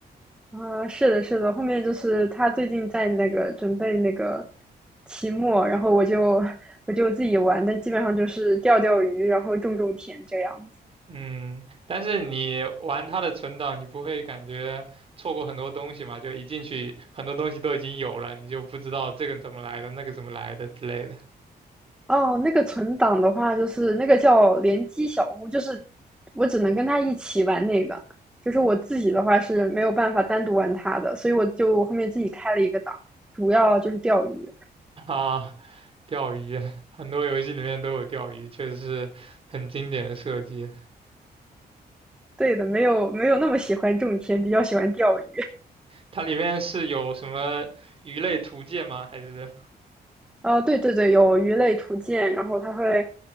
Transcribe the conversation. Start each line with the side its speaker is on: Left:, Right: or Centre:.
Centre: 啊、是的，是的，后面就是他最近在那个准备那个期末，然后我就我就自己玩，但基本上就是钓钓鱼，然后种种田这样。子。
Right: 嗯，但是你玩它的存档，你不会感觉错过很多东西嘛？就一进去，很多东西都已经有了，你就不知道这个怎么来的，那个怎么来的之类的。
Centre: 哦，那个存档的话，就是那个叫联机小屋，就是我只能跟他一起玩那个，就是我自己的话是没有办法单独玩他的，所以我就后面自己开了一个档，主要就是钓鱼。
Right: 啊，钓鱼，很多游戏里面都有钓鱼，确实是很经典的设计。
Centre: 对的，没有没有那么喜欢种田，比较喜欢钓鱼。
Right: 它里面是有什么鱼类图鉴吗？还是？
Centre: 哦，对对对，有鱼类图鉴，然后它会，